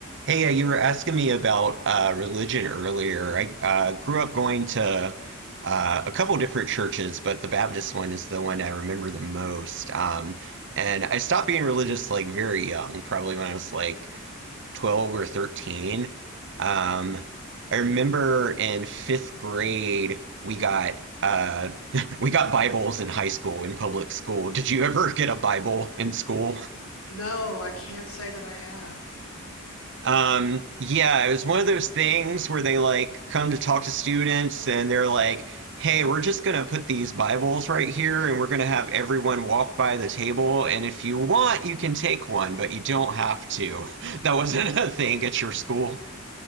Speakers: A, on the right (about 55°); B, on the left (about 80°).
A: Hey, uh, you were asking me about uh, religion earlier. I uh, grew up going to uh, a couple different churches, but the Baptist one is the one I remember the most. Um, and I stopped being religious like very young, probably when I was like 12 or 13. Um, I remember in fifth grade we got uh, <laughs> we got Bibles in high school in public school. Did you ever get a Bible in school?
B: No, I can't say that I have.
A: Um, yeah, it was one of those things where they like come to talk to students and they're like, hey, we're just gonna put these Bibles right here and we're gonna have everyone walk by the table. And if you want, you can take one, but you don't have to. <laughs> That wasn't a thing at your school.